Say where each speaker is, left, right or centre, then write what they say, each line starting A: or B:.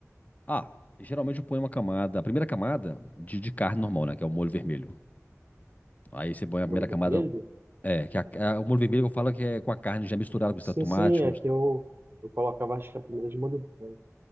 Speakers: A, on the left; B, on the right.
A: Ah, geralmente eu ponho uma camada, a primeira camada de, de carne normal, né? Que é o molho vermelho. Aí você põe a primeira
B: Molho vermelho?
A: camada, é, que é a- é o molho vermelho que eu falo que é com a carne já misturada com extrato
B: Sim,
A: de
B: sim,
A: tomate.
B: é
A: Ou...
B: que eu, eu colocava acho que a primeira de molho branco.